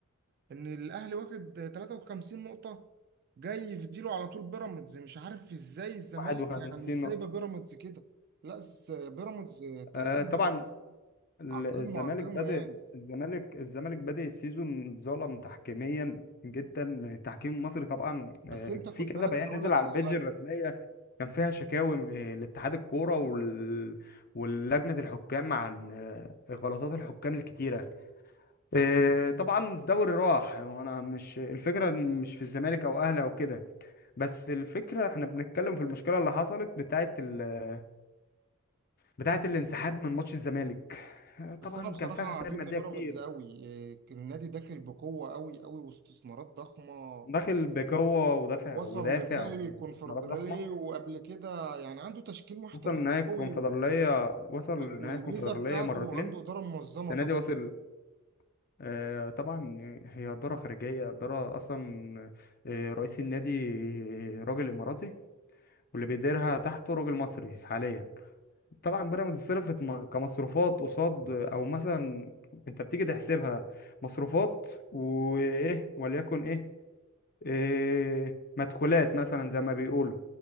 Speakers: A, on the right; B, on the left.
A: إن الأهلي واخد 53 نقطة جاي يفديله على طول بيراميدز مش عارف إزاي الزمالك
B: 51
A: يعني سايبة
B: نقطه
A: بيراميدز كده لا بس بيراميدز تقريبا
B: آه،
A: دلوقتي
B: طبعا ال-
A: على القمة
B: الزمالك
A: على القمة
B: بادئ
A: يعني
B: الزمالك الزمالك بادئ السيزون اتظلم تحكيميا جدا من التحكيم المصري طبعا
A: بس
B: آه،
A: أنت خد
B: في كذا
A: بالك
B: بيان
A: أنا أقول
B: نزل
A: لك
B: على
A: على
B: البيدج
A: حاجة
B: الرسميه كان فيها شكاوي م- آه، لاتحاد الكوره وال... ولجنه الحكام عن آه، غلطات الحكام الكتيره آه، طبعا دوري راح وانا مش الفكره مش في الزمالك او اهلي او كده بس الفكره احنا بنتكلم في المشكله اللي حصلت بتاعه ال... بتاعه الانسحاب من ماتش الزمالك آه، طبعا
A: بس أنا بصراحة
B: كان فيها خسائر
A: عاجبني
B: ماديه
A: بيراميدز
B: كتير
A: قوي النادي داخل بقوة قوي قوي واستثمارات ضخمة
B: داخل بقوة ودافع
A: وصل
B: ودافع
A: لنهائي الكونفدرالية
B: واستثمارات ضخمة
A: وقبل كده يعني عنده تشكيل محترفين
B: وصل لنهاية الكونفدرالية
A: قوي
B: وصل
A: و-
B: لنهاية
A: والميزة
B: الكونفدرالية
A: بتاعته
B: مرتين
A: عنده إدارة منظمة
B: السنة
A: طبعا
B: دي وصل آه، طبعا هي إدارة خارجية إدارة أصلا آه، رئيس النادي آه، راجل إماراتي واللي بيديرها تحته راجل مصري حاليا طبعا بيراميدز صرفت م- كمصروفات قصاد أو مثلا أنت بتيجي تحسبها مصروفات وإيه وليكن إيه، إيه مدخولات مثلا زي ما بيقولوا